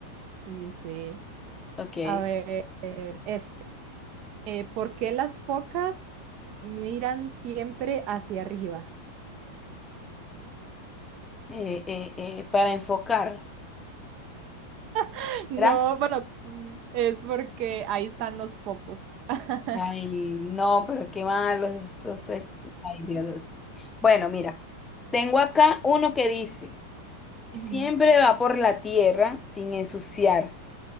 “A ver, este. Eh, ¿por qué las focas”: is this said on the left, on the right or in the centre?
Right